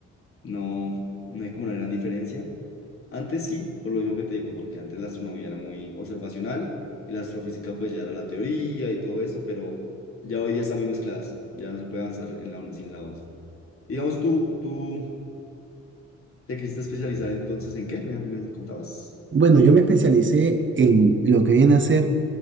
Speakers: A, on the left (about 45°); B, on the right (about 40°).
A: No, no hay como una gran diferencia. Antes sí, por lo mismo que te digo, porque antes la astronomía era muy observacional y la astrofísica pues ya era la teoría y todo eso, pero ya hoy día están muy mezcladas, ya no se puede avanzar en la una sin la otra. Digamos, tú, tú te quisiste especializar entonces en qué, me, me contabas.
B: Bueno, yo me especialicé en lo que viene a ser